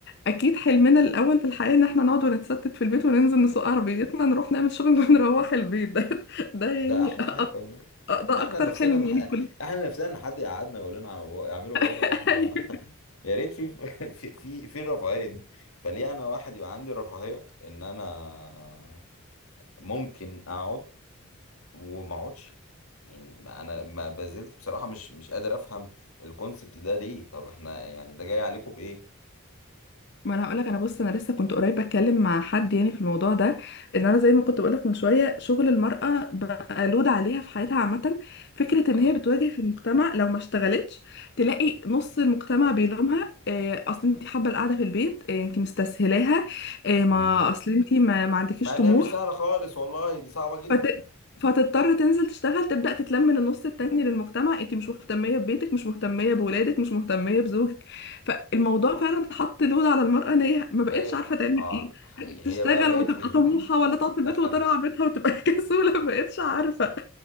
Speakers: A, on the left (about 50°); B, on the left (about 85°).
A: أكيد حلمنا الأول في الحياة إن احنا نقعد ونتستت في البيت وننزل نسوق عربيتنا نروح نعمل شوبينج ونروح البيت <laughs> ده ده
B: ده
A: يعني
B: أحلى حاجة والله
A: أ- ده
B: إحنا
A: أكتر
B: نفسنا
A: حلم
B: نح...
A: يعني كل
B: إحنا نفسنا إن حد يقعدنا يقول لنا عم- اعملوا كده
A: <laughs>
B: وإحنا <laughs> يا ريت في <laughs> في في في الرفاهية دي فليه أنا واحد يبقى عندي الرفاهية إن أنا ممكن أقعد وما أقعدش يعني ما انا ما بازلت بصراحة مش مش قادر افهم الكونسبت ده ليه طب احنا يعني ده جاي عليكم بايه
A: ما انا هقولك انا بص انا لسه كنت قريب بتكلم مع حد يعني في الموضوع ده ان انا زي ما كنت بقولك من شويه شغل المراه بقى لود عليها في حياتها عامه فكره
B: ده
A: ان
B: حقيقي
A: هي بتواجه في المجتمع لو ما اشتغلتش تلاقي نص المجتمع بيلومها إيه اصل انت حابه القعده في البيت إيه انت مستسهلاها إيه ما
B: مم.
A: اصل انت ما, ما عندكيش
B: مع انها
A: طموح
B: مش سهلة خالص والله دي صعبة جدا
A: فت... فتضطر تنزل تشتغل تبدأ تتلم من النص التاني للمجتمع انت مش مهتمية ببيتك مش مهتمية بولادك مش مهتمية بزوجك فالموضوع فعلا حط لود على المرأة ان هي ما
B: بقت
A: بقتش عارفة تعمل
B: اه
A: ايه
B: حقيقي
A: تشتغل
B: هي بقى بقت
A: وتبقى
B: في زون
A: طموحة ولا تقعد في البيت
B: دخلت
A: وترعى بيتها وتبقى <laughs> كسولة ما بقتش عارفة